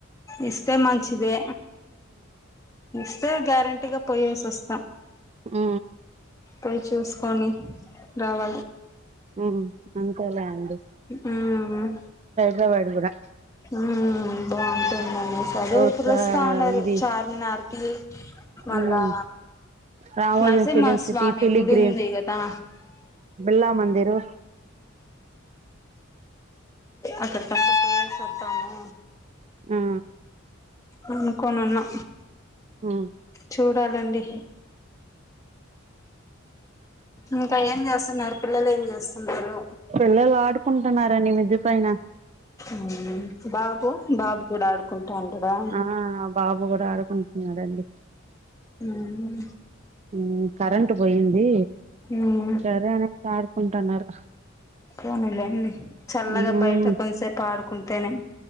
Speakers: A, on the left; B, on the right.
A: ఇస్తే మంచిదే ఇస్తే గ్యారెన్ <inaudible> టీగ పోయేసోస్తా
B: ఆ
A: పోయ్ చూస్కొని రావాలి
B: ఉహూ అంతేలే అండి
A: ఆ అ
B: ద్రవాడు కూడా
A: ఆ బాగుంటు
B: రోజుగా
A: <inaudible> <unintelligible>
B: ఇది
A: చార్మినార్ ఈ మళ్ళా
B: ఉమ్ రామోజీం
A: నరసింహ
B: ఫిలిం సిటీ
A: స్వామి
B: ఫిలిగ్రీమ్
A: గుడి ఉంది కదా
B: బిర్లా మందిరు.
A: అకడ <inaudible> తెద్దాము
B: ఆ
A: అన్నుకోనున్నా
B: ఆ
A: చూడాలండి ఇంకా ఏం చేస్తున్నారు పిల్లలు ఏం చేస్తున్నారు
B: పిల్లలు ఆడుకుంటున్నారండి మిద్ది పైన
A: మ్మ్ బాబు బాబు కూడా ఆడుకుంటాండడా
B: ఆ బాబు కూడా ఆడుకుంటున్నారండి
A: అ ఉవు
B: ఉమ్ కరెంట్ పోయింది
A: ఉమ్
B: సరే అనేసి ఆడుకుంటున్నారు
A: పోనీలేండి, చల్లగా
B: ఉమ్
A: బయట కొదిసేపు ఆడుకుంటేనే